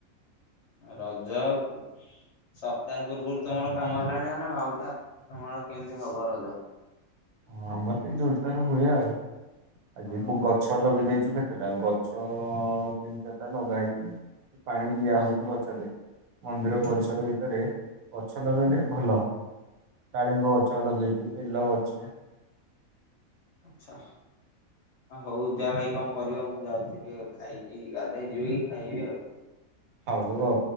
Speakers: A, on the left (about 60°); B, on the right (about 80°).
A: ରଜା ଆଉ ସପ୍ତାହେ ପୂର୍ବରୁ ତମର କାମ ହେଲାଣି ମାନେ ଭାଉଥା ତମର କେମିତି ହବ ରଜ।
B: ହଁ ଆମର ଟିକେ ଜୋର ଦାର ହୁଏ ଆଉ ଆଜି
A: ହଁ
B: ମୁଁ
A: ହଁ
B: ଗଛ ଲଗେଇ ଦେଇଛୁ କେ ସେଟା ଗଛ ତିନି ଚାରିଟା ଲଗା ହେଇଥିଲା ପାଣି ଦିଆହଉଚି ଗଛରେ। ମନ୍ଦିର ପରିସର
A: ହଁ
B: ଭିତରେ ଗଛ
A: ହଁ
B: ଲଗେଇଲେ ଭଲ ଡାଳିମ୍ବ ଗଛ ଲଗେଇ <unintelligible> ଅଛ
A: ଆଚ୍ଛା ହଁ ହଉ ଯା ଭାଇ କଣ କରିବ ମୁଁ ଯାଉଛି ଟିକେ ଖାଇକି ଗାଧୋଇ ଯିବି ଖାଇବି ଆଉ।
B: ହଉ ଆଉ।